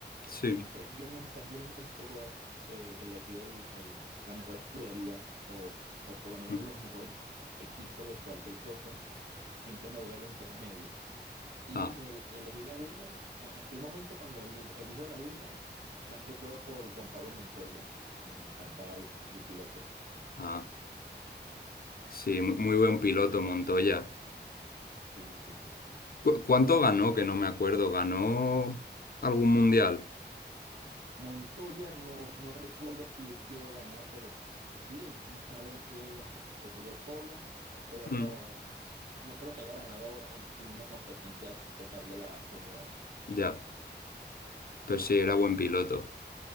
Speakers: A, on the left (about 55°); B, on the right (about 65°).
A: Sí.
B: Siempre. Yo nunca, yo nunca escojo el- elegir el- el- la mejor escudería o, o por lo menos
A: Mm.
B: los mejores equipos de cualquier cosa. Siempre me voy a lo intermedio. Y
A: Ah,
B: me el- elegí la Williams. En aquel momento cuando eli- elijo la Williams, más que todo por Juan Pablo Montoya. Me encantaba el, el piloto.
A: ah, sí, mu- muy buen piloto Montoya.
B: Sí, sí, claro.
A: ¿Cu- cuánto ganó? Que no me acuerdo. ¿Ganó algún mundial?
B: Montoya no, no recuerdo si él llegó a ganar, pero sí, él muchas veces se subió al podio, pero no,
A: Mm.
B: no creo que haya ganado en sí una competencia total de la Fórmula Uno
A: Ya, pero sí, era buen piloto.